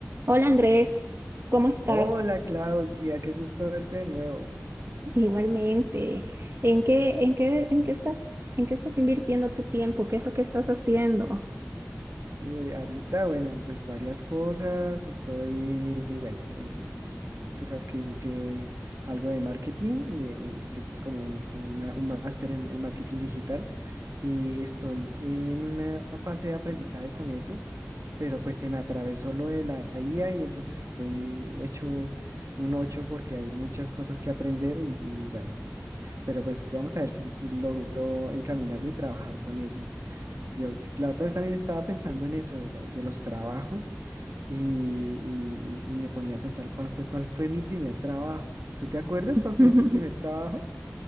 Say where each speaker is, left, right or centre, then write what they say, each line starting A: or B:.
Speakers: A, on the right; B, on the right.
A: Hola Andrés, ¿cómo estás?
B: Hola Claudia, qué gusto verte de nuevo.
A: Igualmente, ¿en qué, en qué, en qué estás, en qué estás invirtiendo tu tiempo? ¿Qué es lo que estás haciendo?
B: Uy, ahorita, bueno, pues varias cosas. Estoy, bueno, eh, tú sabes que hice algo de marketing, eh, hice como, como una- un máster en, en marketing digital y estoy en una fase de aprendizaje con eso, pero pues se me atravesó lo de la IA y entonces estoy hecho un 8 porque hay muchas cosas que aprender y, y bueno, pero pues vamos a ver si, si logro encaminarme y trabajar con eso. Yo, la otra vez también estaba pensando en eso, de, lo- de los trabajos, y, y- y- y me ponía a pensar cuál fue, cuál fue mi primer trabajo. ¿Tú te acuerdas
A: <laughs>
B: cuál fue tu primer trabajo?